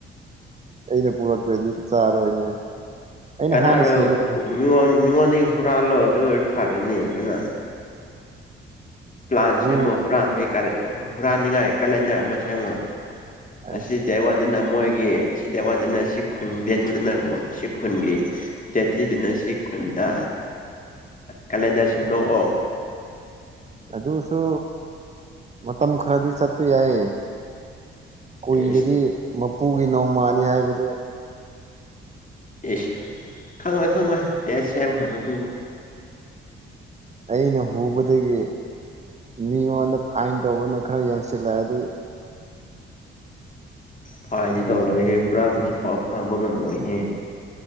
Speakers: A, on the right; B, on the left.
A: ꯑꯩꯅ ꯄꯨꯔꯛꯇ꯭ꯔꯗꯤ ꯆꯥꯔꯣꯏꯅꯦ ꯑꯩꯅ
B: ꯀꯅꯥꯔꯣ
A: ꯍꯥꯟꯅ ꯁꯤꯒꯅꯤꯅꯦ
B: ꯃꯤꯉꯣꯟ ꯃꯤꯉꯣꯟꯗꯒꯤ ꯍꯨꯔꯥꯜꯂꯣ ꯑꯗꯨ ꯑꯣꯏꯔꯗꯤ ꯐꯔꯅꯤ ꯑꯗꯨꯅ ꯄ꯭ꯂꯥꯟ
A: ꯍꯨ
B: ꯁꯦꯝꯃꯣ ꯍꯨꯔꯥꯟꯕꯒꯤ ꯀꯂꯦꯟ ꯍꯨꯔꯥꯟꯅꯤꯡꯉꯥꯏ ꯀꯦꯂꯦꯟꯗꯔ ꯑꯃ ꯁꯦꯝꯃꯣ
A: ꯑꯩꯁ
B: ꯑꯁꯤ ꯗꯦꯠ ꯋꯥꯟꯗꯅ ꯃꯣꯏꯒꯤ ꯁꯤ ꯗꯦꯠ ꯋꯥꯟꯗꯅ ꯁꯤ ꯈꯨꯟ ꯗꯦꯠ ꯇꯨꯗꯅ ꯁꯤ ꯈꯨꯟꯒꯤ ꯗꯦꯠ ꯊ꯭ꯔꯤꯗꯅ ꯁꯤ ꯈꯨꯟꯗ ꯀꯦꯂꯦꯟꯗꯔ ꯁꯦꯝꯗꯣꯛꯑꯣ
A: ꯑꯗꯨꯁꯨ ꯃꯇꯝ ꯈꯔꯗꯤ ꯆꯠꯄ ꯌꯥꯏꯌꯦ ꯀꯨꯏꯒꯗꯤ
B: ꯏꯁ
A: ꯃꯄꯨꯒꯤ ꯅꯣꯡꯃꯅꯤ ꯍꯥꯏꯕꯗꯨ
B: ꯏꯁ ꯈꯪꯉꯣꯏ ꯈꯪꯉꯣꯏ ꯗꯦꯠ ꯁꯦꯝꯈ꯭ꯔꯕꯗꯨꯕꯨ
A: ꯑꯩꯅ ꯍꯧꯕꯗꯒꯤ ꯃꯤꯉꯣꯟꯗ ꯐꯥꯏꯟ ꯇꯧꯕꯅ ꯈꯔ ꯌꯥꯝꯁꯤꯜꯂꯛꯑꯗꯤ
B: ꯐꯥꯏꯟꯗꯤ ꯇꯧꯔꯣꯏꯍꯦ ꯍꯨꯔꯥꯟꯕꯗꯤ ꯄꯥꯎ ꯇꯥꯕ ꯉꯝꯃꯣꯏꯍꯦ